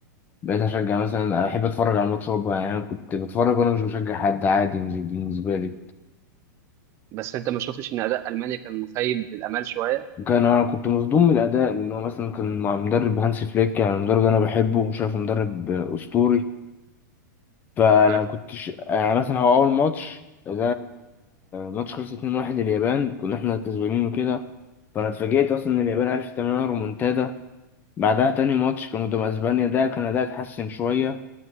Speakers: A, on the left; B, on the right.
A: بقيت اشجع مثلا احب اتفرج على الماتش برضه يعني انا كنت بتفرج وانا مش بشجع حد عادي بالنسبه لي
B: بس انت ما شفتش ان اداء المانيا كان مخيب للامال شويه
A: وكان انا كنت مصدوم من الاداء لان هو مثلا كان مع مدرب هانس فليك يعني مدرب انا بحبه وشايفه مدرب اسطوري فانا
B: تمام
A: كنتش يعني مثلا هو اول ماتش ده ماتش خلص 2-1 اليابان كنا احنا كسبانين وكده فانا اتفاجئت اصلا ان اليابان عرفت تعمل لنا رومونتادا بعدها تاني ماتش كان قدام اسبانيا ده كان اداء اتحسن شويه